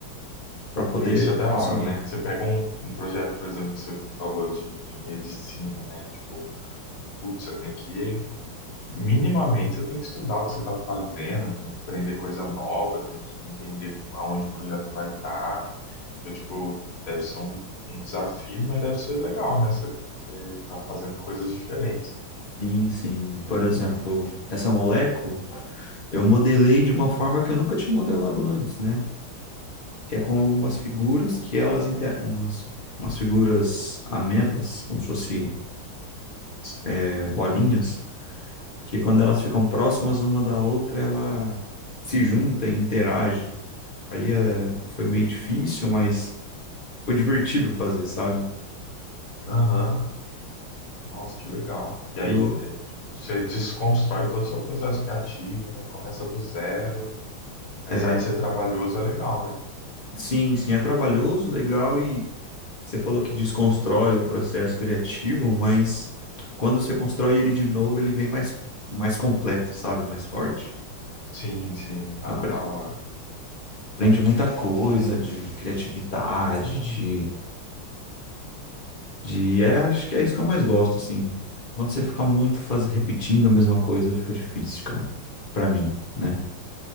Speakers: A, on the left; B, on the left.
A: para poder
B: É, Isso é da
A: conseguir.
B: hora, né? Que você pega um, um projeto, por exemplo, que você falou de, de medicina, né? Tipo, putz, você tem que, minimamente, você tem que estudar o que você está fazendo, tem que aprender coisa nova, tem que entender aonde o projeto vai estar. Então, tipo, deve ser um, um desafio, mas deve ser legal, né? Você, você tá fazendo coisas diferentes.
A: Sim, sim. Por exemplo, essa molécula eu modelei de uma forma que eu nunca tinha modelado antes, né? Que é com algumas figuras que elas inter... umas, umas figuras amebas, como se fosse é, bolinhas, que quando elas ficam próximas uma da outra, ela se junta e interage. Aí é, foi meio difícil, mas foi divertido fazer, sabe?
B: Aham. Nossa, que legal. E aí,
A: E o,
B: né, tipo, você desconstrói todo o seu processo criativo, né? Começa do zero. Apesar
A: é,
B: de ser trabalhoso, é legal, né?
A: sim, sim, é trabalhoso, legal e você falou que desconstrói o processo criativo, mas quando você constrói ele de novo, ele vem mais, mais completo, sabe? Mais forte.
B: Sim, sim. Ah,
A: Apre-
B: da hora.
A: Aprende muita coisa de criatividade, de, de é, acho que é isso que eu mais gosto, assim. Quando você fica muito faz, repetindo a mesma coisa, fica difícil, cara, pra mim, né?